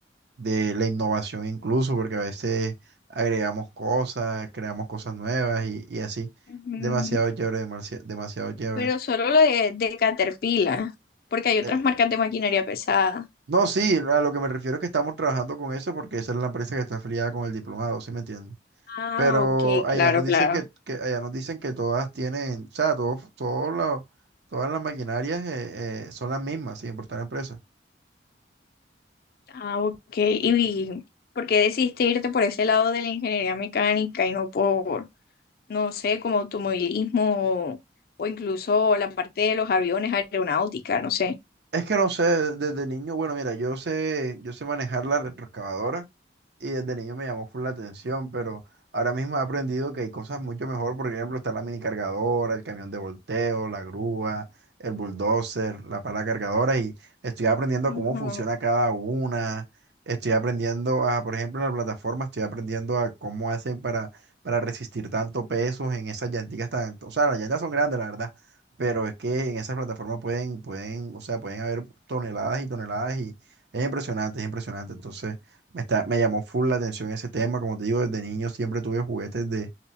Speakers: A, on the right; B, on the left.
A: de la innovación incluso, porque a veces agregamos cosas, creamos cosas nuevas y, y así.
B: Ujú.
A: Demasiado chévere, demasi- demasiado chévere.
B: Pero solo lo de, de Caterpillar, porque hay otras
A: Eh,
B: marcas de maquinaria pesada.
A: no, sí, a lo que me refiero es que estamos trabajando con eso porque esa es la empresa que está afiliada con el diplomado, ¿sí me entiendes?
B: Ah,
A: Pero
B: ok,
A: allá
B: claro,
A: nos
B: claro.
A: dicen que, que- allá nos dicen que todas tienen, o sea, todos, todos los- todas las maquinarias eh, eh, son las mismas, sin importar la empresa.
B: Ah, ok. ¿Y por qué decidiste irte por ese lado de la ingeniería mecánica y no por, no sé, como automovilismo o, o incluso la parte de los aviones, aeronáutica, no sé?
A: Es que no sé, desde niño, bueno, mira, yo sé, yo sé manejar la retroexcavadora. y desde niño me llamó full la atención, pero ahora mismo he aprendido que hay cosas mucho mejor, por ejemplo, está la mini cargadora, el camión de volteo, la grúa, el bulldozer, la pala cargadora y estoy aprendiendo
B: Ujú,
A: cómo funciona cada una. Estoy aprendiendo a, por ejemplo, en la plataforma, estoy aprendiendo a cómo hacen para, para resistir tanto peso en esas llanticas tan, o sea, las llantas son grandes, la verdad, pero es que en esas plataformas pueden, pueden, o sea, pueden haber toneladas y toneladas y es impresionante, es impresionante. Entonces, me, está- me llamó full la atención ese tema. Como te digo, desde niño siempre tuve juguetes de,